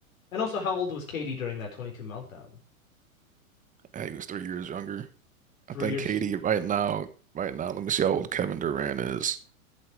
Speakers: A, on the left; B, on the right.
A: And also, how old was Katie during that 22 meltdown?
B: And he was three years younger. I
A: Three
B: think
A: years.
B: KD right now, right now, let me see how old Kevin Durant is.